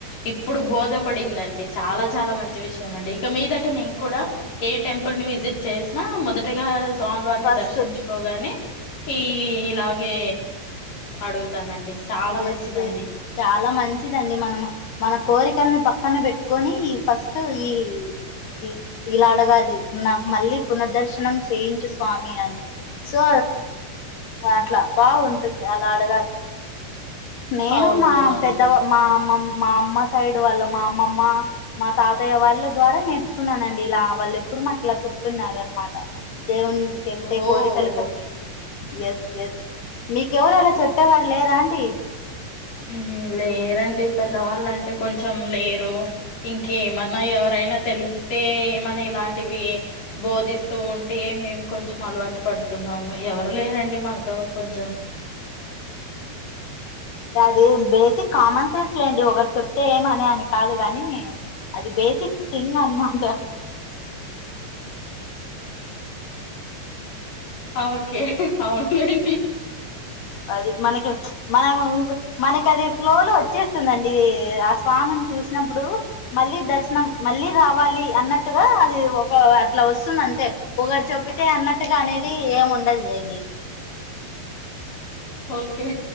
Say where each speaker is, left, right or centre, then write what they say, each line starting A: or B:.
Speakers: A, on the left (about 50°); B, on the left (about 65°).
A: ఇప్పుడు బోధపడిందండి చాలా చాలా మంచి విషయం అండి ఇక మీదట నేం కూడా ఏ టెంపుల్ ని విజిట్ చేసినా మొదటగాస్ సోమివారిని
B: ఫస్ట్
A: దర్శించుకోగానే ఈ ఇలాగే అడుగుతానండి చాలా
B: వేస్తే
A: మంచిదండి
B: చాలా మంచిదండి మనం మన కోరికలని పక్కన పెట్టుకొని ఫస్ట్ ఈ ఈ ఇలా అడగాలి నాకు మళ్ళీ పునదర్శనం చేయించు స్వామి అని సో అట్లా బాగుంటుంది అలా అడగాలి నేను
A: అవునవునండి
B: మా పెద్దవా మా మామ్ మా అమ్మ సైడ్ వాళ్ళ మా అమ్మమ్మ మా తాతయ్య వాళ్ళ ద్వారా నేర్చుకున్నానండి ఇలా వాళ్ళు ఎప్పుడు ఇప్పుడు మాకు ఇలా చెప్తున్నారు అనమాట దేవుని కెలుతే
A: ఓ
B: కోరికలతో
A: ఓకే
B: ఎస్ ఎస్ మీ ఎవరు అలా చెప్పేవారు లేరా అండి
A: ఉ లేరండి పెద్దవాళ్ళంటే కొంచెం లేరు ఇంకేమన్నా ఎవర కైనా తెలిస్తే ఏమనా ఇలాంటివి బోధిస్తూ ఉంటే మేం కొంచెం అలవాటు పడు పడుతున్నాము ఎవరు లేరండి మాకు కొంచెం
B: దే బేసిక్ కామన్ సెన్స్ లేండి ఒకరు చెప్తే ఏమని అని కాదు గాని అది బేసిక్ థింగ్ అన్మాంట
A: ఓకే అవునులేంటి
B: అది మనకి మనం మనకి అది ఫ్లో లో వచ్చేస్తుందండి ఇది ఆ స్వామిని చూసినప్పుడు మళ్ళీ దర్శనం మళ్ళీ రావాలి అన్నట్టుగా అది ఒక అట్లా వస్తుతుంది అంతే ఒకరు చెబితే అన్న టుగా అనేది ఏం ఉండదు లేండి
A: ఓకే